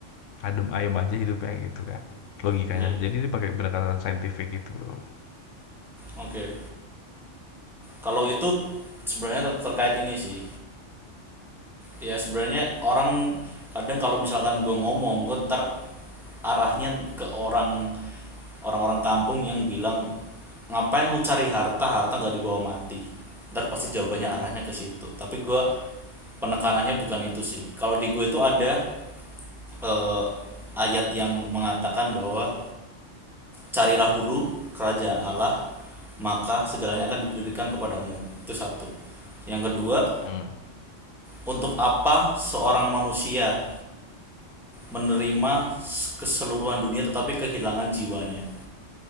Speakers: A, on the left (about 80°); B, in the centre.
A: adem ayem aja hidupnya gitu kan, logikanya.
B: Iya.
A: Jadi dia pakai pendekatan saintifik gitu, Bro.
B: Oke. Kalau itu sebenarnya ter- terkait ini sih. ya sebenarnya orang kadang kalau misalkan gue ngomong gue ntar arahnya ke orang orang-orang kampung yang bilang ngapain lu cari harta harta nggak dibawa mati ntar pasti jawabannya arahnya ke situ tapi gue penekanannya bukan itu sih kalau di gue itu ada eh, ayat yang mengatakan bahwa carilah dulu kerajaan Allah maka segalanya akan diberikan kepadamu itu satu yang kedua
A: Mhm
B: untuk apa seorang manusia menerima keseluruhan dunia tetapi kehilangan jiwanya?